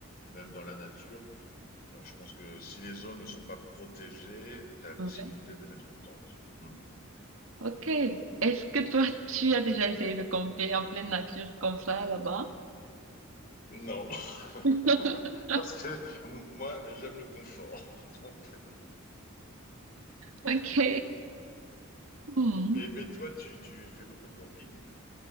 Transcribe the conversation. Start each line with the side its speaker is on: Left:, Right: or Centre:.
Left: même dans la nature. Euh, je pense que si les zones ne sont pas protégées, tu as la possibilité
Right: Mhm.
Left: de mettre une tente. Hmm.
Right: Ok. Est-ce que toi, tu as déjà essayé de camper en pleine nature comme ça là-bas?
Left: Non, <laughs>
Right: <laughs>
Left: parce que moi, j'aime le confort. <laughs> Donc...
Right: Ok. Hmm.
Left: Mais, mais toi, tu, tu fais beaucoup de camping?